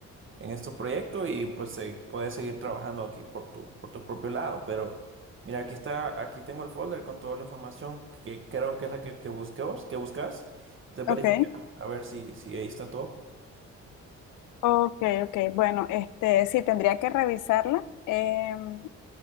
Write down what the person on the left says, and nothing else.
Ok,
ok, ok. Bueno, este sí, tendría que revisarla. Em,